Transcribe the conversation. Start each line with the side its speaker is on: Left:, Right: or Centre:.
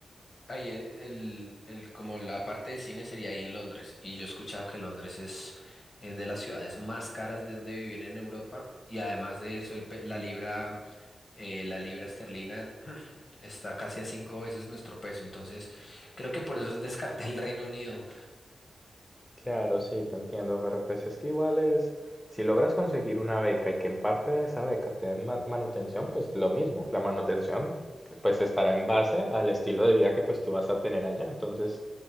Left: ahí e- el, el- como la parte de cine sería ahí en Londres. Y yo he escuchado que Londres es, eh, de las ciudades más caras de donde vivir en Europa. Y además de eso, el pe- la libra, eh, la libra esterlina <clears throat> está casi a cinco veces nuestro peso. Entonces, creo que por eso descarté el Reino Unido.
Centre: Claro, sí, te entiendo, pero pues es que igual es, si logras conseguir una beca y que en parte de esa beca te den ma- manutención, pues lo mismo, la manutención pues estará en base al estilo de vida que pues tú vas a tener allá, entonces